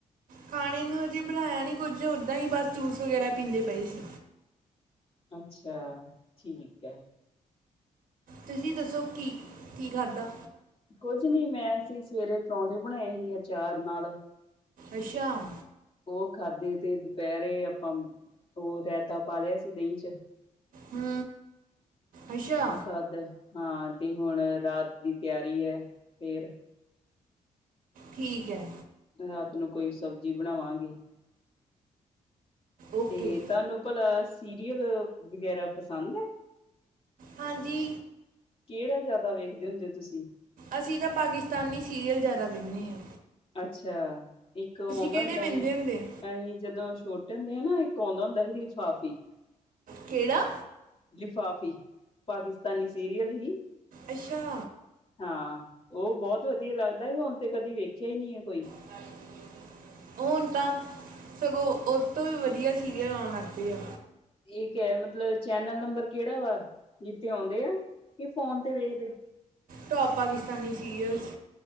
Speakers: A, on the right (about 85°); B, on the left (about 40°).
A: ਖਾਣੇ ਨੂੰ ਅਜੇ ਬਣਾਇਆ ਨੀ ਕੁੱਝ, ਓਦਾਂ ਈ ਬਸ ਜੂਸ ਵਗੈਰਾ ਪੀਂਦੇ ਪਏ ਸੀ।
B: ਅੱਛਾ, ਠੀਕ ਐ।
A: ਤੁਸੀਂ ਦੱਸੋ ਕੀ-ਕੀ ਖਾਧਾ?
B: ਕੁੱਝ ਨੀ, ਮੈਂ ਅਸੀਂ ਸਵੇਰੇ ਪਰੌਂਠੇ ਬਣਾਏ ਹੀ ਅਚਾਰ ਨਾਲ
A: ਅਛਾਮ।
B: ਉਹ ਖਾਧੇ ਤੇ ਦੁਪਹਿਰੇ ਆਪਾਂ, ਉਹ ਰੈਤਾ ਪਾ ਲਿਆ ਸੀ ਦਹੀਂ 'ਚ।
A: ਹੂੰ। ਅੱਛਾ
B: ਉਹ ਖਾਧਾ ਹਾਂ ਤੇ ਹੁਣ ਰਾਤ ਦੀ ਤਿਆਰੀ ਐ ਫੇਰ।
A: ਠੀਕ ਐ।
B: ਰਾਤ ਨੂੰ ਕੋਈ ਸਬਜ਼ੀ ਬਣਾਵਾਂਗੇ।
A: ਓਕੇ
B: ਤੇ ਤੁਹਾਨੂੰ ਭਲਾ, ਸੀਰੀਅਲ ਵਗੈਰਾ ਪਸੰਦ ਐ।
A: ਹਾਂਜੀ।
B: ਕਿਹੜਾ ਜ਼ਿਆਦਾ ਵੇਖਦੇ ਹੁੰਦੇ ਤੁਸੀਂ?
A: ਅਸੀਂ ਤਾਂ ਪਾਕਿਸਤਾਨੀ ਸੀਰੀਅਲ ਜ਼ਿਆਦਾ ਵੇਨ੍ਹੇ ਆ।
B: ਅੱਛਾ, ਇੱਕ ਓ ਆਉਂਦਾ
A: ਕਿਹੜੇ
B: ਹੁੰਦਾ
A: ਵੇਖਦੇ
B: ਹੀ
A: ਹੁੰਦੇ
B: ਅਹੀਂ ਜਦੋਂ ਛੋਟੇ ਹੁੰਦੇ ਹਾਂ ਨਾ, ਇੱਕ ਆਉਂਦਾ ਹੁੰਦਾ ਹੀ ਲਿਫਾਫੀ।
A: ਕਿਹੜਾ?
B: ਲਿਫਾਫ਼ੀ, ਪਾਕਿਸਤਾਨੀ ਸੀਰੀਅਲ ਹੀ
A: ਅੱਛਾ।
B: ਹਾਂ, ਉਹ ਬਹੁਤ ਵਧੀਆ ਲੱਗਦਾ ਹੀ, ਹੁਣ ਤੇ ਕਦੀ ਵੇਖਿਆ ਈ ਨੀ ਐ ਕੋਈ।
A: <inaudible> ਹੁਣ ਤਾਂ ਸਗੋਂ, ਉਹ ਤੋਂ ਵੀ ਵਧੀਆ ਸੀਰੀਅਲ ਆਉਣ ਲੱਗਪੇ ਆ।
B: ਇਹ ਕੈ ਮਤਲਬ, ਚੈਨਲ ਨੰਬਰ ਕਿਹੜਾ ਵਾ, ਜੀਤੇ ਆਉਂਦੇ ਆ, ਕਿ ਫੋਨ ਤੇ ਵੇਖਦੇ।
A: ਟੋਪ ਪਾਕਿਸਤਾਨੀ ਸੀਰੀਅਲਸ